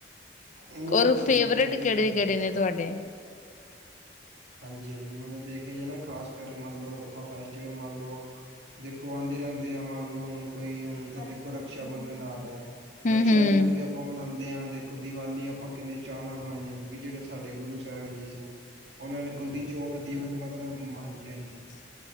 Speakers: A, on the right; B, on the left.
A: ਨਹੀਂ
B: ਔਰ
A: ਮਤਲਬ
B: ਫੇਵਰੇਟ
A: ਦੇਖਿਆ ਜਾਏ
B: ਕਿਹੜੇ
A: ਤੇ
B: ਕਿਹੜੇ ਨੇ ਤੁਹਾਡੇ?
A: ਹਾਂਜੀ, ਹਾਂਜੀ ਮਤਲਬ ਦੇਖਿਆ ਜਾਵੇ ਨਾ ਖ਼ਾਸ ਕਰ ਮੰਨ ਲਓ, ਆਪਾਂ ਫੈਸਟੀਵਲ ਮੰਨ ਲਓ। ਦੇਖੋ ਆਉਂਦੇ ਰਹਿੰਦੇ ਆ। ਮੰਨ ਲਓ ਹੁਣ ਕੋਈ ਹੁਣ ਤਾਂ ਦੇਖੋ ਰਕਸ਼ਾ ਬੰਧਨ ਆ ਰਿਹਾ।
B: ਹੂੰ-ਹੂੰ।
A: ਰਕਸ਼ਾ ਬੰਧਨ ਵੀ ਆਪਾਂ ਮਨਾਉਦੇ। ਦੇ ਆ, ਦੇਖੋ ਦੀਵਾਲੀ ਆਪਾ ਕਿੰਨੇ ਚਾਅ ਨਾਲ ਬਣਾਉਂਦੇ ਹਾਂ। ਕਿਉਂਕਿ ਜਿਹੜੇ ਸਾਡੇ ਗੁਰੂ ਸਾਹਿਬ ਜੀ ਸੀ। ਉਹਨਾਂ ਨੇ ਬੰਦੀ ਛੋੜ ਦਿਵਸ ਮਤਲਬ ਹਾਂਜੀ, ਹਾਂਜੀ
B: ਹ